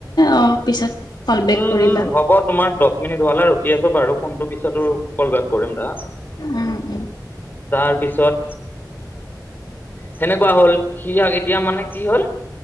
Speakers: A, on the left; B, on the left.
A: অ পিছত কল বেক
B: উম
A: কৰিবা
B: উম হ'ব তোমাৰ দহ। নি ধুৱালে ৰখি আছো বাৰু ফোনটো পিছতো কল বেক কৰিম দা।
A: উম উম
B: তাৰপিছত। সেনেকুৱা হ'ল সি এতিয়া মানে কি হ'ল।